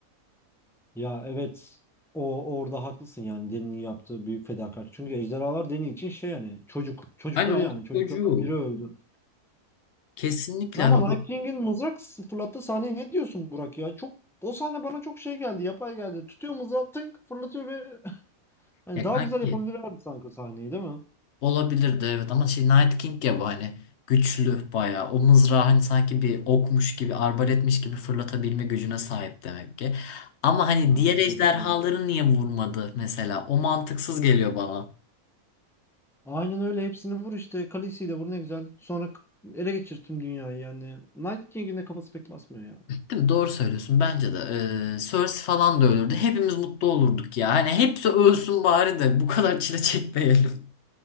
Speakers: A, in the centre; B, on the left.
A: ya evet. O orada haklısın yani Dany'nin yaptığı büyük fedakarlık. Çünkü ejderhalar Dany için şey yani çocuk çocukları
B: Aynen onun
A: yani çocuklardan
B: çocuğu.
A: biri öldü.
B: Kesinlikle
A: Ama
B: hani o-
A: Night King'in mızrak fırlattığı sahneye ne diyorsun Burak ya? Çok o sahne bana çok şey geldi, yapay geldi. Tutuyor mızrağı tınk fırlatıyor ve <laughs> hani
B: ya
A: daha
B: kanki
A: güzel yapabilirlerdi sanki sahneyi değil mi?
B: olabilirdi evet ama şey Night King ya bu hani güçlü bayağı o mızrağı hani sanki bir okmuş gibi arbaletmiş gibi fırlatabilme gücüne sahip demek ki. Ama hani
A: Ha,
B: diğer
A: o
B: ejderhaları
A: da doğru.
B: niye vurmadı mesela o mantıksız geliyor bana.
A: Aynen öyle hepsini vur işte. Khaleesi'yi de vur ne güzel. Sonra k- ele geçirttim dünyayı yani. Night King'in de kafası pek basmıyor ya.
B: Değil mi? Doğru söylüyorsun bence de. Ee, Cersei falan da ölürdü. Hepimiz mutlu olurduk ya. Hani hepsi ölsün bari de bu kadar çile çekmeyelim